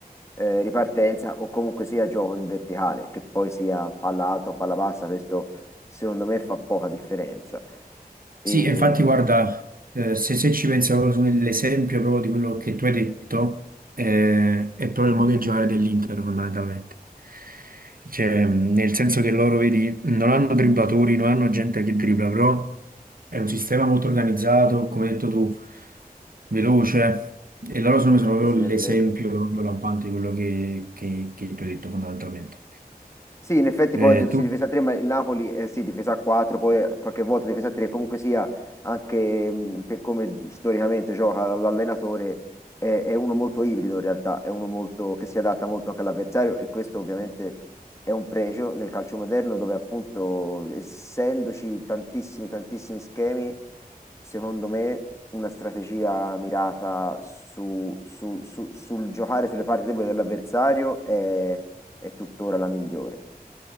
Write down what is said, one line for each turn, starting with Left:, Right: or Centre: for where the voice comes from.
Left: eh, ripartenza o comunque sia gioco in verticale, che poi sia palla alta o palla bassa, questo secondo me fa poca differenza. E,
Right: Sì, e infatti
Left: mm,
Right: guarda, eh, se, se ci pensi proprio su nell'esempio proprio di quello che tu hai detto, eh, è proprio il modo di giocare dell'Inter fondamentalmente. Cioè, mh, nel senso che loro, vedi, non hanno dribblatori, non hanno gente che dribbla, però è un sistema molto organizzato, come hai detto tu, veloce, e loro sono sono proprio
Left: sì, sì, è
Right: l'esempio
Left: vero.
Right: proprio lampante di quello che, che che tu hai detto fondamentalmente.
Left: Sì, in effetti
Right: Eh,
Left: poi ho detto
Right: tu?
Left: sì, difesa a 3, ma il Napoli eh, sì, difesa a 4, poi eh, qualche volta difesa a 3, comunque sia anche mh, per come storicamente gioca l- l'allenatore, è, è uno molto ibrido in realtà, è uno molto, che si adatta molto anche all'avversario e questo ovviamente è un pregio nel calcio moderno dove appunto essendoci tantissimi, tantissimi schemi, secondo me una strategia mirata su- su- su- sul giocare sulle parti deboli dell'avversario è è tuttora la migliore.